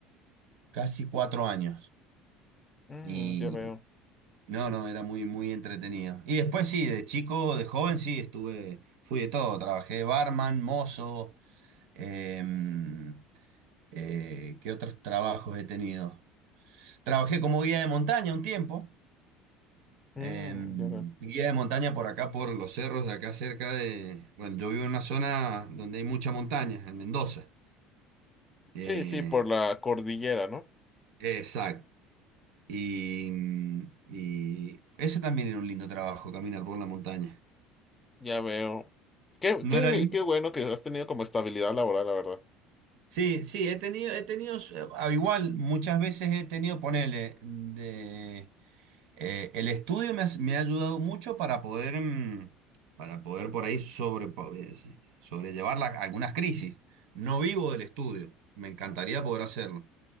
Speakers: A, on the right; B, on the left.
A: casi cuatro años
B: Mm,
A: y
B: ya veo.
A: no, no, era muy, muy entretenido. Y después sí, de chico, de joven sí, estuve, fui de todo, trabajé barman, mozo. em, Eh, ¿qué otros trabajos he tenido? Trabajé como guía de montaña un tiempo.
B: Mm,
A: eh,
B: ya veo.
A: guía de montaña por acá, por los cerros de acá cerca de... Bueno, yo vivo en una zona donde hay mucha montaña, en Mendoza. Eh,
B: Sí, sí, por la cordillera, ¿no?
A: exacto. Y, mm, y ese también era un lindo trabajo, caminar por la montaña.
B: Ya veo. Qué,
A: ¿No
B: qué,
A: era lindo?
B: qué bueno que has tenido como estabilidad laboral, la verdad.
A: Sí, sí, he tenido, he tenido, eh, al igual muchas veces he tenido, ponele, de... Eh, el estudio me ha, me ha ayudado mucho para poder, mm, para poder por ahí sobre, po- eh, sí, sobrellevar la- algunas crisis. No vivo del estudio, me encantaría poder hacerlo.